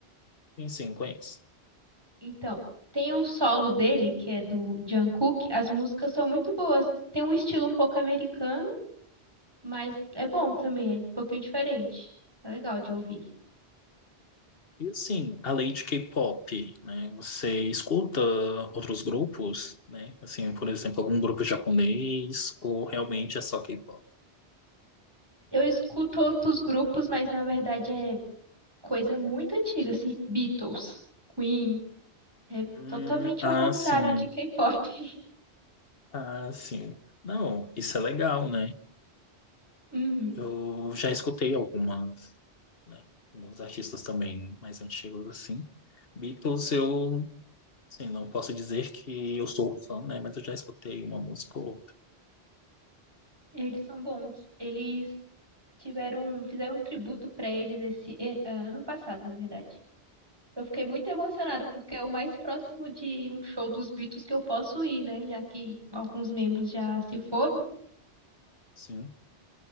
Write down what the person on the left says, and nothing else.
Sim, sim, conheço.
E assim, além de K-pop, né, você escuta outros grupos, né? Assim, por exemplo, algum grupo japonês ou realmente é só K-pop?
Hum,
ah,
sim.
Ah, sim. Não, isso é legal, né?
Eu já escutei algumas, né? Alguns artistas também mais antigos, assim. Beatles, eu, assim, não posso dizer que eu sou fã, né? Mas eu já escutei uma música ou outra,
sim.